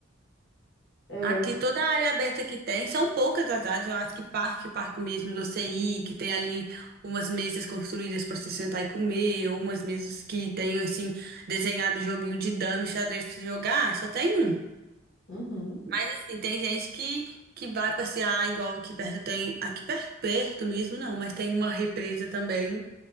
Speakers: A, on the left; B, on the right.
A: É,
B: Aqui
A: eu...
B: toda a área aberta que tem, são poucas as áreas, eu acho que parque, parque mesmo do CI, que tem ali umas mesas construídas para você sentar e comer, ou umas mesas que tem assim desenhado joguinho de dama e xadrez para você jogar, só tem um.
A: Uhum.
B: Mas assim, tem gente que, que vai passear igual aqui perto tem, aqui perto, perto mesmo não, mas tem uma represa também.